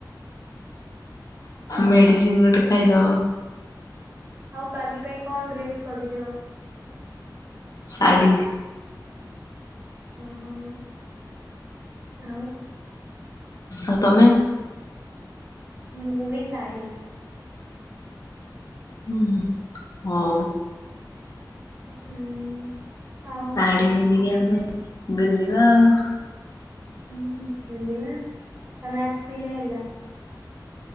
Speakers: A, on the left (about 50°); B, on the right (about 25°).
A: <inaudible> ମେଡିସିନ ଗୋଟେ ଖାଇଦବ।
B: ଆଉ କାଲି ପାଇଁ କଣ ଡ୍ରେସ୍ କରିଛ।
A: ସାଢ଼ି।
B: ଓ ହ ଆଉ।
A: ଆଉ ତମେ।
B: ମୁଭି ଶାଢ଼ୀ।
A: <inaudible> ଉଉଁ ହଁ।
B: ହୁଁ ଆଉ
A: ଶାଢ ପିନ୍ଧିକି ଆମେ ବୁଲିବା ଆଉ।
B: ହୁଁ ବଲିବା ତମେ ଆସିଲେ ହେଲା।